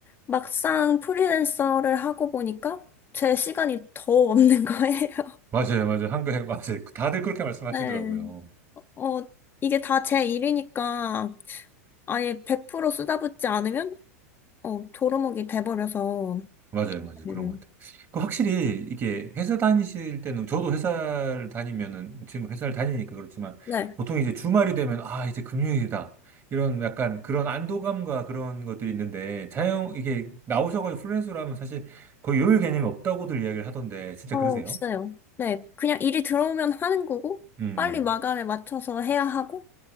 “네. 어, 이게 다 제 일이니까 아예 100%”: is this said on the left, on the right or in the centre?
Left